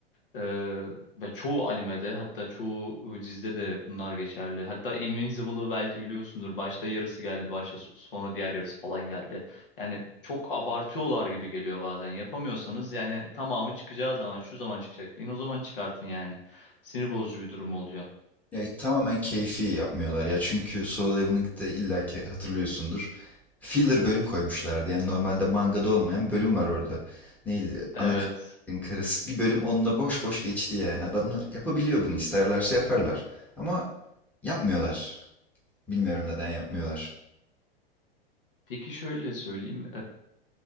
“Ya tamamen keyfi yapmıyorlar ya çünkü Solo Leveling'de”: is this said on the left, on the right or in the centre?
Centre